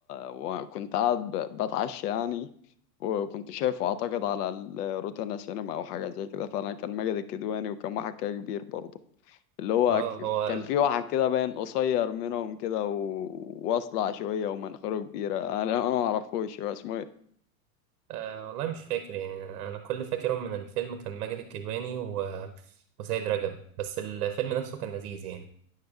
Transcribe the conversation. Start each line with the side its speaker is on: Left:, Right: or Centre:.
Left: وكنت قاعد ب- بتعشى يعني وكنت شايفه اعتقد على الروتانا سينما او حاجه زي كده فعلا كان ماجد الكدواني وكان واحد كده كبير برضه اللي هو
Right: اه
Left: ك-
Right: هو
Left: كان
Right: ال...
Left: في واحد كده باين قصير منهم كده و... واصلع شوية ومناخيره كبيرة انا انا ما اعرفوش هو اسمه ايه
Right: آه والله مش فاكر يعني انا كل فاكرهم من الفيلم كان ماجد الكدواني و... وسيد رجب بس الفيلم نفسه كان لذيذ يعني